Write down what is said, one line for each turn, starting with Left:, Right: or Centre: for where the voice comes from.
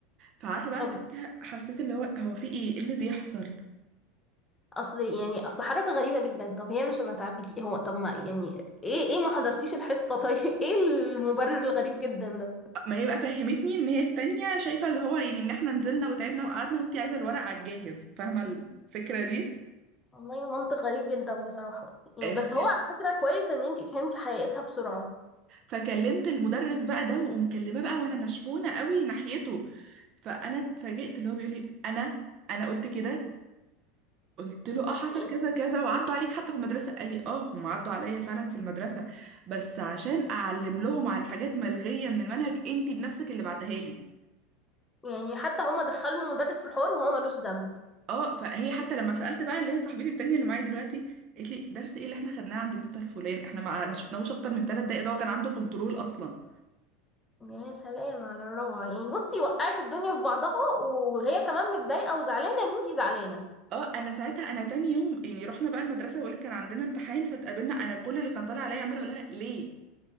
Right: فعارفه بقى
Left: طب
Right: ساعتها حسيت اللي هو هو في ايه إيه اللي بيحصل
Left: اصل يعني اصل حركة غريبة جدا طب هي مش ما تعرفك هو طب ما يعني ايه ايه ما حضرتيش الحصة طيب <laughs> ايه المبرر الغريب جدا ده
Right: ما هي بقى فهمتني ان هي التانية شايفة اللي هو يعني ان احنا نزلنا وتعبنا وقعدنا وانتي عايزة الورق على الجاهز فاهمة الفكرة دي
Left: والله منطق غريب جدا بصراحة يعني
Right: آه،
Left: بس
Right: فك-
Left: هو على فكرة كويس ان انتي فهمتي حقيقتها بسرعة
Right: فكلمت المدرس بقى ده ومكلمة بقى وانا مشحونة قوي ناحيته فانا اتفاجئت اللي هو بيقول لي انا انا قلت كده قلت له اه حصل
Left: يعني
Right: كذا كذا وعدوا عليك حتى في المدرسة قال لي اه هم عدوا عليا فعلا في المدرسة بس عشان اعلم لهم على حاجات ملغية من المنهج انتي بنفسك اللي بعتها لي
Left: يعني حتى هما دخلوا مدرس في الحوار وهو ملوش ذنب
Right: اه فهي حتى لما سألت بقى اللي هي صاحبتي التانية اللي معايا دلوقتي قالت لي درس ايه اللي احنا خدناه عند مستر فلان احنا ما ما شفناهوش اكتر من ثلاث دقايق ده هو كان عنده كنترول اصلا
Left: يا سلام على الروعة يعني بصي وقعت الدنيا في بعضها وهي كمان متضايقة وزعلانة ان انتي زعلانة
Right: اه انا ساعتها انا تاني يوم يعني رحنا بقى المدرسه بقولك كان عندنا امتحان فاتقابلنا انا كل اللي كان طالع عليا عماله اقول لها ليه